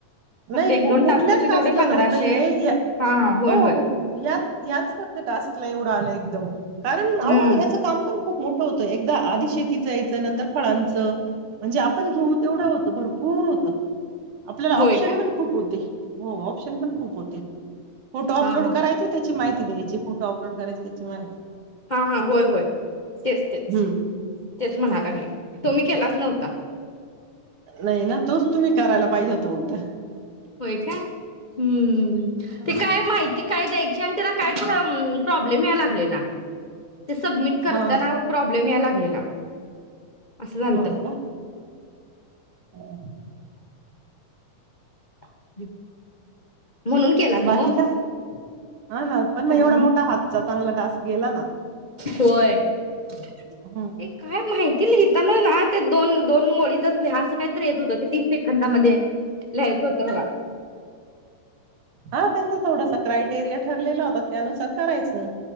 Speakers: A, on the left; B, on the right.
A: फक्त
B: नाही
A: एक
B: कु
A: दोन
B: कुठल्याच
A: टास्कचे
B: टास्कला
A: तेवढे पंधराशे
B: नव्हत हे हे
A: हा हा होय
B: हो
A: होय
B: हो हो याच याच फक्त टास्कला एवढं आलंय कारण अहो
A: हम्म
B: याच काम पण खूप मोठ होत एकदा आधी शेतीचं यायचं, नंतर फळांचं म्हणजे आपण घेऊ तेवढं होतं भरपूर होतं. आपल्याला
A: होय
B: ऑप्शन
A: का
B: पण खूप होते हो, ऑप्शन पण खूप होते. फोटो अपलोड
A: हा हा
B: करायचे त्याची माहि जे फोटो अपलोड करायचे त्याची माहिती
A: हा हा होय होय तेच तेच
B: हं.
A: तेच म्हणा लागले तुम्ही केलाच नव्हता.
B: नाही ना तोच तुम्ही करायला पाहिजे होता उलटा
A: होय काय हम्म
B: हं.
A: ते काय माहिती काय द्यायची आणि त्याला कायतर प्रॉब्लेम यालं लागलेला ते सबमिट करताना
B: हां,
A: प्रॉब्लेम याला गेला असं झालंत.
B: हां का? <inaudible>
A: <inaudible> म्हणून केला नाही
B: बाकी
A: हो
B: का हा ना पण मग
A: काय
B: एवढा
A: नाही
B: मोठा हातचा चांगला टास्क गेला ना.
A: होय ते
B: हं.
A: काय माहिती ते लिहिताना ना ते दोन -दोन ओळीतच लिहा असं काहीतरी येत होत. ते तीस सेकंदामध्ये लिहायचं होतं बघा,
B: हां, त्यांचा थोडासा क्रायटेरिया ठरलेला होता त्यानुसार करायचं